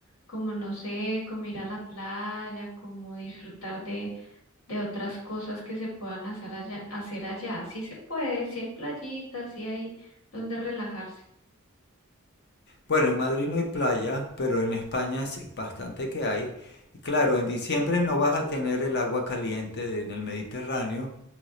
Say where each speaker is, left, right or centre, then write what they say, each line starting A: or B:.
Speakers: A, on the left; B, on the left.
A: como no sé, como ir a la playa, como disfrutar de de otras cosas que se puedan hacer allá, hacer allá. Sí se puede, si hay playitas, si hay donde relajarse.
B: Bueno, en Madrid no hay playa, pero en España sí bastante que hay. Y claro, en diciembre no vas a tener el agua caliente de- en el Mediterráneo